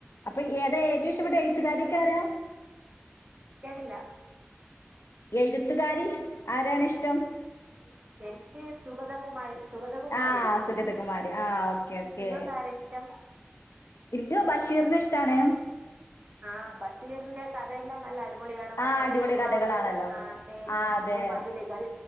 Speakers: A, on the left; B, on the right.
A: അപ്പൊ ഏതാ ഏറ്റവും ഇഷ്ടപ്പെട്ട എഴുത്തുകാതിക്കാരാ
B: കേടില്ല
A: എഴുത്തുകാരി ആരാണിഷ്ടം
B: എനിക്ക് സുഗതകുമാരി സുഗതകുമാരി
A: ആ
B: ഇഷ്ടം
A: അ സുഗതകുമാരി ആ് ഓക്കെ ഓക്കേ
B: നിങ്ങൾക്ക് ആരാ ഇഷ്ടം
A: ഇ ബഷീറിനഷ ഇഷ്ടമാണ്
B: ആ് ബഷീറിന്റെ കഥയെല്ലാം നല്ല അടിപൊളിയാണ് മറ്റേ
A: ആഹ് അടിപൊളി
B: തേന്മാവ്
A: കഥകളാണല്ലോ.
B: ആ തേന്മാവ്
A: ആഹ് അതെ.
B: മതിലുകൾ